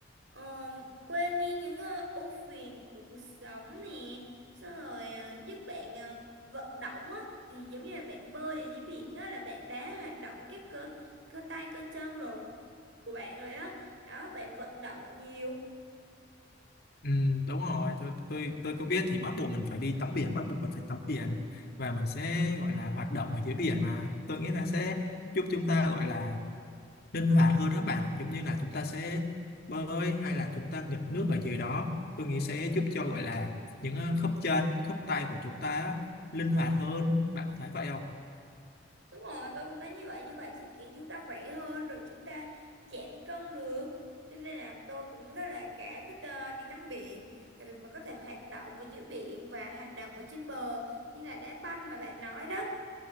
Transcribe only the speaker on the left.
Ừ, đúng rồi, tôi tôi tôi có biết thì bắt buộc mình phải đi tắm biển, bắt buộc mình phải tắm biển và mình sẽ gọi là hoạt động ở dưới biển mà. Tôi nghĩ là sẽ giúp chúng ta gọi là linh hoạt hơn đó bạn giống như là chúng ta sẽ bơi hay là chúng ta nghịch nước ở dưới đó tôi nghĩ sẽ giúp cho gọi là những ờ, khớp chân khớp tay của chúng ta á, linh hoạt hơn bạn có thấy vậy không